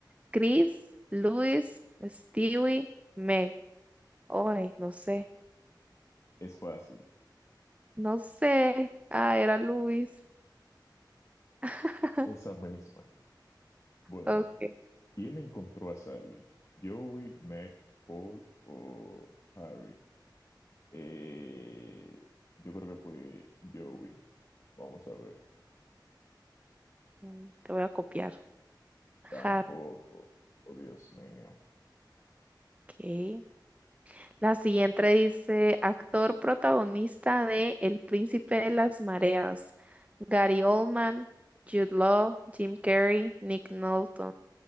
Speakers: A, on the right (about 20°); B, on the left (about 40°).
A: Chris, Luis, Stewie, Meg. Ay, no sé.
B: es fácil.
A: No sé. Ah, era Luis. <laughs>
B: Esa misma. Bueno,
A: Ok.
B: ¿Quién encontró a Sally? ¿Joey, Meg, Paul o Harry? Eh, yo creo que fue Joey. Vamos a ver.
A: Mm, Te voy a copiar.
B: Tampoco.
A: Har-
B: Oh, Dios mío.
A: Ok. La siguiente dice, actor protagonista de El Príncipe de las Mareas, Gary Oldman, Jude Law, Jim Carrey, Nick Nolte,